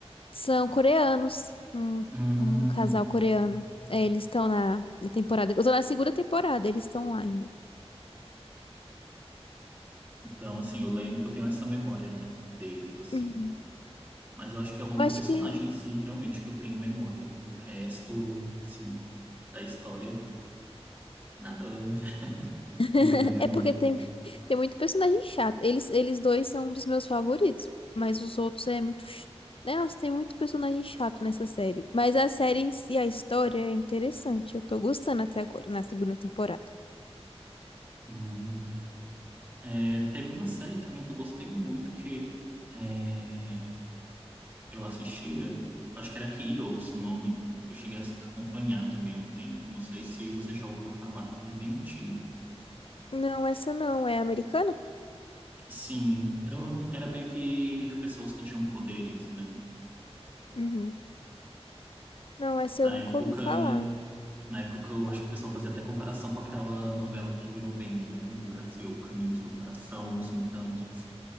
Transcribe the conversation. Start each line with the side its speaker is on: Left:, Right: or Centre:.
Left: São coreanos, um,
Right: Hum,
Left: um casal coreano. É, eles estão na, na temporada. Eu tô na segunda temporada, eles estão lá ainda.
Right: então, assim, eu lembro, eu tenho essa memória, né, deles, assim.
Left: Uhum.
Right: Mas eu acho que é o único
Left: Eu acho
Right: personagem
Left: que.
Right: em si, realmente, que eu tenho memória. Do resto, assim, da história, nada <laughs>
Left: <laughs>
Right: me vem na memória.
Left: É porque tem, tem muito personagem chato. Eles, eles dois são um dos meus favoritos, mas os outros é muito. ch- Nossa, tem muito personagem chato nessa série. Mas a série em si, a história é interessante. Eu tô gostando até agora, na segunda temporada.
Right: Hum. É, teve uma série também que eu gostei muito, que é, eu assistia, eu acho que era Heroes o nome. Eu cheguei a acompanhar também há um tempo, não sei se você já ouviu falar, ele é bem antigo.
Left: Não, essa não é americana?
Right: Sim, era, onde- era meio que de pessoas que tinham poderes, né?
Left: Uhum. Não, essa
Right: Na
Left: eu nunca
Right: época,
Left: ouvi falar.
Right: na época eu acho que o pessoal fazia até comparação com aquela novela que virou meme, né? No Brasil, Caminhos do Coração, Os Mutantes.